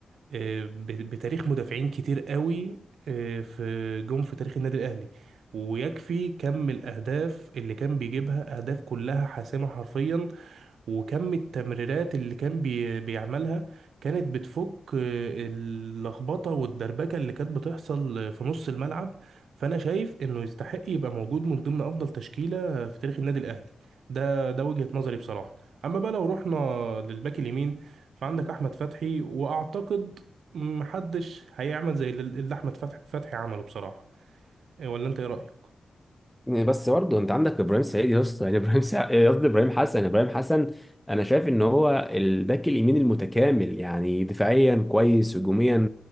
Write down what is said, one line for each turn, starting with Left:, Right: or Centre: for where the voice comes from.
Right: آه، ب- بتاريخ مدافعين كتير قوي آه، في جم في تاريخ النادي الاهلي ويكفي كم الاهداف اللي كان بيجيبها اهداف كلها حاسمه حرفيا وكم التمريرات اللي كان بي بيعملها كانت بتفك آه، اللخبطة والدربكة اللي كانت بتحصل آه، في نص الملعب فأنا شايف إنه يستحق يبقى موجود من ضمن أفضل تشكيلة آه، في تاريخ النادي الأهلي ده ده وجهة نظري بصراحة أما بقى لو رحنا للباك اليمين فعندك أحمد فتحي وأعتقد محدش هيعمل زي اللي اللي أحمد فتح- فتحي عمله بصراحة آه، ولا أنت إيه رأيك؟
Centre: بس برضه انت عندك ابراهيم سعيد يا اسطى يعني <laughs> ابراهيم سع... قصدي ابراهيم حسن ابراهيم حسن انا شايف ان هو الباك اليمين المتكامل يعني دفاعيا كويس هجوميا